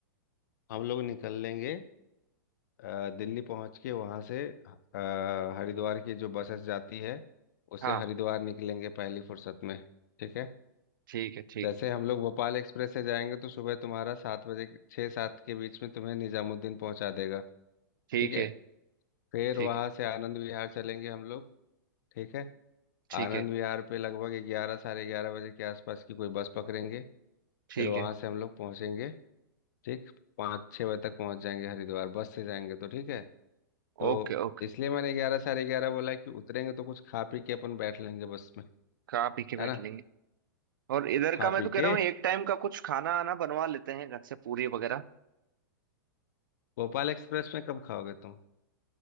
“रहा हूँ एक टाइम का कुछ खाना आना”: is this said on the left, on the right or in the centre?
Right